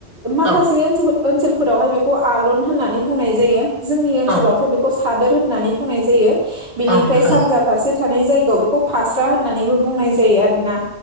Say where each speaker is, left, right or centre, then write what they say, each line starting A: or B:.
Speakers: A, on the right; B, on the right.
A: माखासे
B: औ
A: ओनसोलफोर ओनसोलफोरावहाय बेखौ आलन होननानै बुंनाय जायो जोंनि ओनसोलावथ'
B: औ
A: बेखौ खौ सादोर होननानै बुंनाय जायो
B: औ
A: बिनिफ्राय
B: नोंथां औ नोंथां औ नोंथां औ नोंथां
A: सानजा फारसे थानाय जायगायाव बेखौ फास्रा होननानैबो बुंनाय जायो आरोना